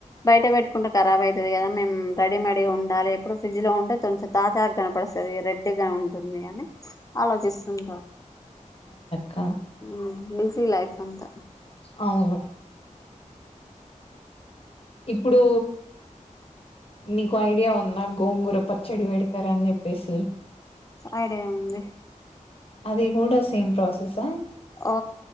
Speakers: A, on the left; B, on the left.
A: బయట పెట్టుకుంటే ఖరాబ్ అయితది కదా మేము రెడీమెడీగా ఉండాలి, ఎప్పుడు ఫ్రిడ్జ్ లో ఉంటే కొంచ తాజాగా కనపడుస్తుంది రెడ్ గా ఉంటుంది అని ఆలోచిస్సుంటారు
B: క్క
A: మ్మ్ బిజీ లైఫ్ అంతా
B: అవును ఇప్పుడు నీకు ఐడియా ఉందా గోంగూర పచ్చడి పెడతారా అని చెప్పేసి
A: ఐడియా ఉంది
B: అది కూడా సేమ్ ప్రాసెసా
A: ఓ